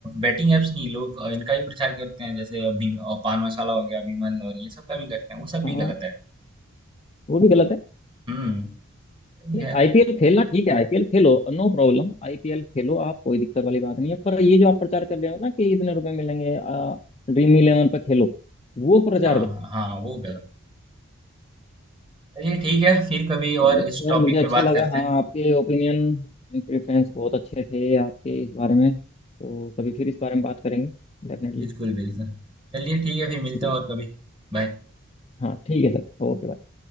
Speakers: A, on the right; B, on the left.
A: बैटिंग एप्स नहीं लोग अ, इनका ही प्रचार करते हैं जैसे अ, बीम- अ, पान मसाला हो गया बीमल और ये सब का भी करते हैं वो सब
B: हाँ
A: भी गलत है
B: वो भी गलत है
A: हम्म ये
B: नहीं
A: है
B: आईपीएल खेलना ठीक है आईपीएल खेलो नो प्रॉब्लम आईपीएल खेलो आप कोई दिक्कत वाली बात नहीं है पर ये जो आप प्रचार कर रहे हो ना कि इतने रुपए मिलेंगे ड्रीम इलेवन पर खेलो वो प्रचार
A: हाँ हाँ हाँ, वो गलत चलिए ठीक है फिर कभी
B: चलिए
A: और
B: खैर,
A: इस टॉपिक
B: मुझे अच्छा
A: पे बात
B: लगा
A: करते
B: हाँ
A: हैं
B: आपके ओपिनियन एंड प्रेफरेंस बहुत अच्छे थे आपके इस बारे में तो कभी फिर इस बारे में बात करेंगे डेफिनेटली
A: बिल्कुल, बिल्कुल। चलिए ठीक है फिर मिलते
B: जी
A: हैं और कभी। बाय।
B: हाँ ठीक है सर ओके